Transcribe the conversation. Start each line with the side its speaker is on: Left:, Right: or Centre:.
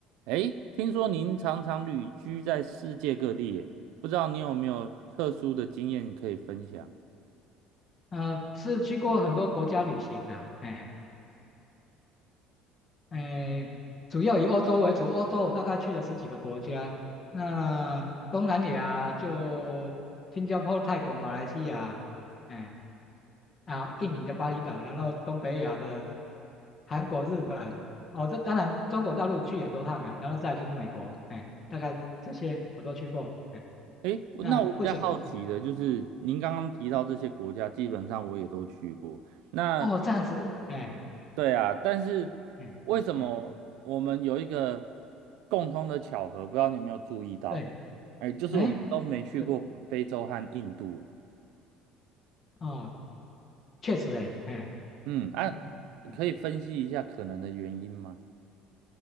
Right: 哎，听说您常常旅居在世界各地，耶，不知道你有没有特殊的经验可以分享？
Left: 呃，是去过很多国家旅行啦，哎，哎，主要以欧洲为主，欧洲我大概去了十几个国家，那东南亚就新加坡、泰国、马来西亚，哎，然后印尼的巴厘岛，然后东北亚的韩国、日本，哦，这当然中国大陆去很多趟啊，然后再来就是美国，哎，大概这些我都去过，哎，
Right: 哎，那我比较好奇的就是，
Left: 那不讲，嗯
Right: 您刚刚提到这些国家，
Left: 对
Right: 基本上我也都去过。那
Left: 哦，这样子，哎，
Right: 对啊，但是为什么我们有一个
Left: 嗯嗯，
Right: 共通的巧合？不知道你有没有注意到？
Left: 对，
Right: 哎，就是我们都没去过非洲和印度啊。
Left: 哎。是。哦，确实诶，哎，
Right: 嗯，啊，
Left: 嗯嗯嗯，
Right: 可以分析一下可能的原因吗？